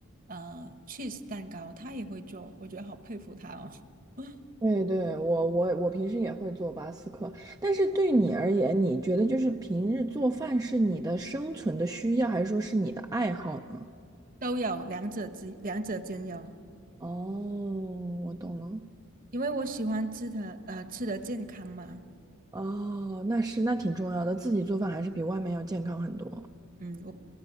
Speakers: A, on the right (about 40°); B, on the right (about 15°).
A: 呃 cheese 蛋糕，他也会做，我觉得好佩服他哦，<laughs>
B: 对对，我我我平时也会做巴斯克，但是对你而言，你觉得就是平日做饭是你的生存的需要，还是说是你的爱好呢？
A: 都有两者之两者兼有，
B: 哦，我懂了。
A: 因为我喜欢吃的呃吃的健康嘛，
B: 哦，那是，那挺重要的，自己做饭还是比外面要健康很多。
A: 嗯，我